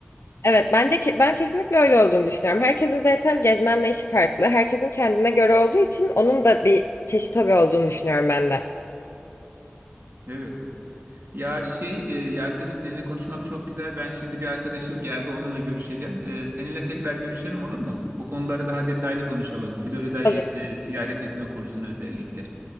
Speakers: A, on the left; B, on the right.
A: Evet bence ke- ben kesinlikle öyle olduğunu düşünüyorum. Herkesin zaten gezme anlayışı farklı. Herkesin kendine göre olduğu için onun da bir çeşit hobi olduğunu düşünüyorum ben de.
B: Evet. Ya şey e, Yasemin seninle konuşmak çok güzel. Ben şimdi bir arkadaşım geldi onunla görüşeceğim. E, seninle tekrar görüşelim olur mu? Bu konuları daha detaylı konuşalım. Florida'yı
A: Olur.
B: e, ziyaret etme konusunu özellikle.